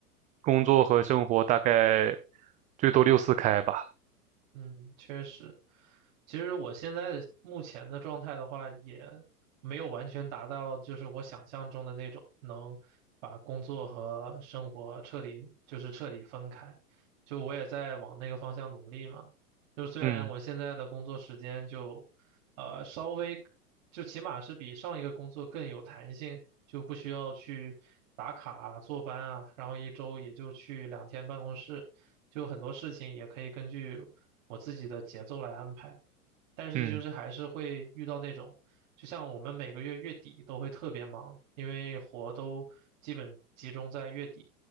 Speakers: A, on the right; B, on the right.
A: 工作和生活大概最多六四开吧。
B: 嗯，确实，其实我现在目前的状态的话，也没有完全达到就是我想象中的那种能把工作和生活彻底就是彻底分开，就我也在往那个方向努力嘛。就虽然我现在的工作时间就，
A: 嗯
B: 呃，稍微，就起码是比上一个工作更有弹性，就不需要去打卡啊、坐班啊，然后一周也就去两天办公室，就很多事情也可以根据我自己的节奏来安排。但是就是还是会遇到那种，
A: 嗯
B: 就像我们每个月月底都会特别忙，因为活都基本集中在月底。